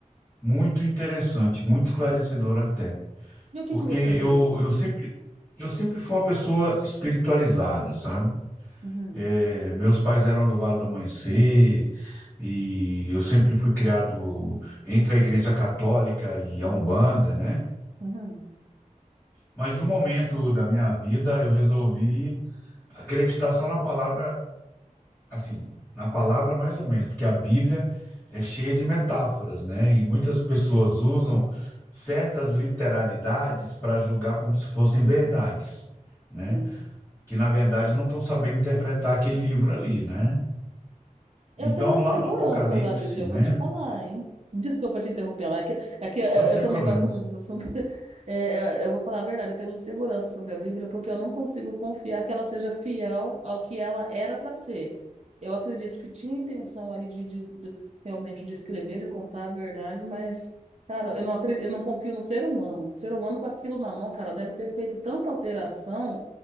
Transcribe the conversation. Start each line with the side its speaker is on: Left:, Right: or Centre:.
Left: Muito interessante, muito esclarecedor até,
Right: E o que
Left: porque
Right: que você
Left: eu,
Right: viu?
Left: eu sempre eu sempre fui uma pessoa espiritualizada, sabe?
Right: Uhum.
Left: É, meus pais eram do Vale do Amanhecer e eu sempre fui criado entre a Igreja Católica e a Umbanda, né?
Right: Uhum.
Left: Mas no momento da minha vida eu resolvi acreditar só na palavra assim, na palavra mais ou menos, porque a Bíblia é cheia de metáforas, né? E muitas pessoas usam certas literalidades para julgar como se fossem verdades, né?
Right: Sim,
Left: Que na verdade
Right: sim.
Left: não estão sabendo interpretar aquele livro ali, né?
Right: Eu
Left: Então,
Right: tenho uma insegurança
Left: lá no Apocalipse,
Right: da Bíblia, eu vou
Left: né?
Right: te falar, hein? Desculpa te interromper, Ela, é que, é que eu, eu
Left: Não sem
Right: também
Left: problemas,
Right: gosto muito desse assunto. <laughs> É, é, eu vou falar a verdade, eu tenho uma insegurança sobre a Bíblia porque eu não consigo confiar que ela seja fiel ao que ela era para ser. Eu acredito que tinha a intenção ali de, de- de- realmente de escrever, de contar a verdade, mas, cara, eu não acredito, eu não confio no ser humano. O ser humano com aquilo na mão, cara, deve ter feito tanta alteração,